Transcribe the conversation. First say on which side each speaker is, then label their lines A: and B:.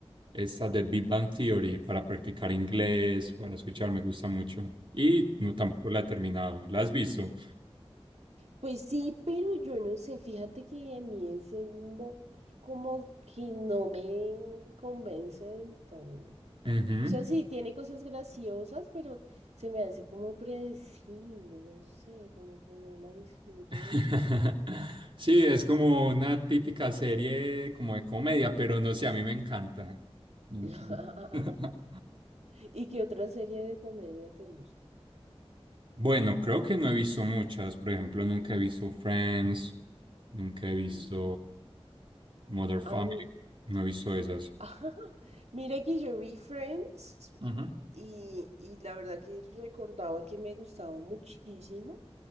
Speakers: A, on the right; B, on the right.
A: esta de Big Bang Theory para practicar inglés, para escuchar, me gusta mucho. Y no, tampoco la he terminado, ¿la has visto?
B: Pues sí, pero yo no sé, fíjate que a mí ese humor como que no me convence del todo.
A: Ujú.
B: O sea, sí, tiene cosas graciosas, pero se me hace como predecible, no sé, como que no la disfruto
A: <laughs>
B: del todo.
A: Sí, es como una típica serie como de comedia, pero no sé, a mí me encanta. Me
B: <laughs>
A: encanta. <laughs>
B: ¿Y qué otra serie de comedia te gusta?
A: Bueno, creo que no he visto muchas. Por ejemplo, nunca he visto Friends, nunca he visto
B: Mm,
A: Mother Family,
B: A mí,
A: no he visto esas.
B: <laughs> mira que yo vi Friends,
A: Ujú.
B: Y, y la verdad que recordaba que me gustaba muchísimo,